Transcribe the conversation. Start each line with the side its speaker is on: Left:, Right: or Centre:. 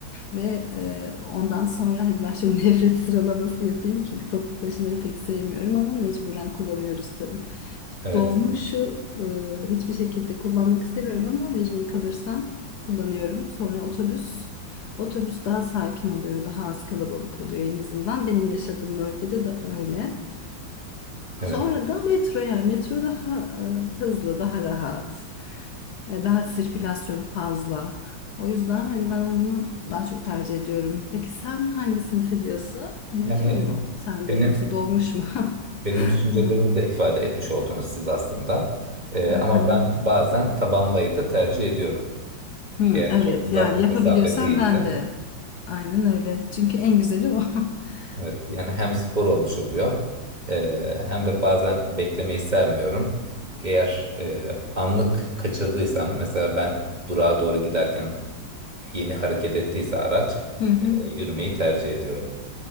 Left: ve e, ondan sonra hadi ben şöyle <laughs> nefret sıralaması yapayım çünkü toplu taşımayı pek sevmiyorum ama mecburen kullanıyoruz tabii
Right: Evet,
Left: dolmuşu e, hiçbir şekilde kullanmak istemiyorum ama mecbur kalırsam kullanıyorum sonra otobüs Otobüs daha sakin oluyor, daha az kalabalık oluyor en azından. Benim yaşadığım bölgede de öyle.
Right: evet.
Left: Sonra da metro yani metro daha e, hızlı, daha rahat. E, daha sirkülasyonu fazla. O yüzden hani ben onu daha çok tercih ediyorum. Peki sen hangisini seviyorsun? Metro
Right: Yani
Left: mu sende
Right: benim
Left: yoksa dolmuş mu? <laughs>
Right: benim düşüncelerimi
Left: Evet.
Right: de ifade etmiş oldunuz siz aslında. Ee, ama
Left: Aha.
Right: ben bazen taban vayı da tercih ediyorum.
Left: Hmm,
Right: Eğer
Left: evet
Right: çok uzak
Left: yani
Right: bir
Left: yapabiliyorsan
Right: mesafe değilse.
Left: ben de. Aynen öyle. Çünkü en güzeli o. <laughs>
Right: Evet, yani hem spor olmuş oluyor, ee, hem de bazen beklemeyi sevmiyorum. Eğer e, anlık kaçırdıysam, mesela ben durağa doğru giderken yeni hareket ettiyse araç,
Left: Hı hı.
Right: e, yürümeyi tercih ediyorum.